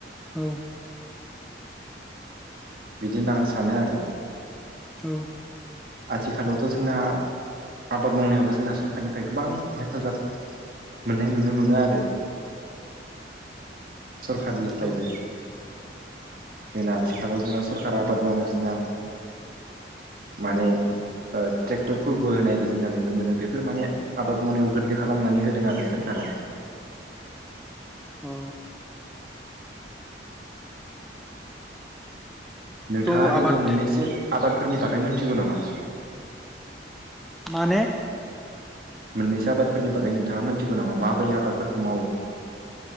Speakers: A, in the centre; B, on the right.
A: औ
B: बिदिनो होनना आं सानो आरो
A: औ
B: आथिखालावथ जोंना आबाद मावनायावबो जोंना सरखारनिफ्राय गोबां हेफाजाब मोननाय नुनो मोनो आरो सरखारनिफ्रायबो
A: औ
B: जोंना आथिखालाव जोंना सरकारा आबाद मावनाय जोंना माने ओ ट्रेक्टरफोरबो होनायबो जोंना नुनो मोनो बेफोर माने आबाद मावनायाव गोरलै खालामनानै होदों आरो सोरखारा
A: औ
B: नोंथाङा
A: थ'
B: ओरैनो
A: आबाद
B: मोननैसो आबादफोरनि बागै मोनथिगौ नामा
A: माने
B: मोननैसो आबादफोरनि बागै नोंथांङा मोनथिगौ नामा माबोरै आबादफोरखौ मावो